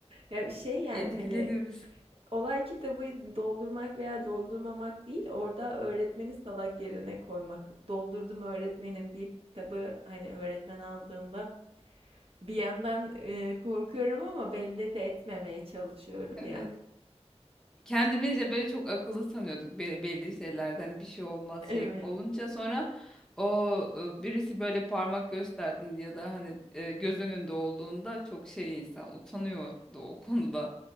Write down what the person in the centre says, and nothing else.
Etkileniyoruz.
Evet.
kendimizce böyle çok akıllı sanıyorduk be- belli şeylerden hani bir şey olmaz şey
olunca sonra o e, birisi böyle parmak gösterdin ya da hani e, göz önünde olduğunda çok şey insan utanıyordu o konuda.